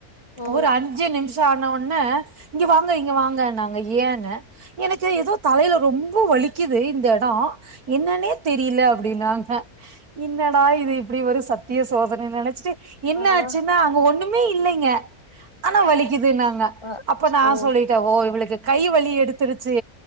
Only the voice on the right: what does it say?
ஒரு அஞ்சு நிமிஷோ ஆன ஒன்னே இங்க வாங்க இங்க வாங்கன்னாங்க ஏ ங்க எனக்கு ஏதோ தலையில ரொம்ப வலிக்குது இந்த எடோ என்னன்னே தெரியல அப்டினாங்க என்னடா இது இப்டி ஒரு சத்திய சோதன நெனச்சிட்டு என்னாச்சுன்னா
ஒன்னுமே இல்லேங்க ஆனா வலிக்குதுன்னாங்க
அப்ப நா
சொல்லிட் ஓ இவளுக்கு கை வலி எடுத்துருச்சு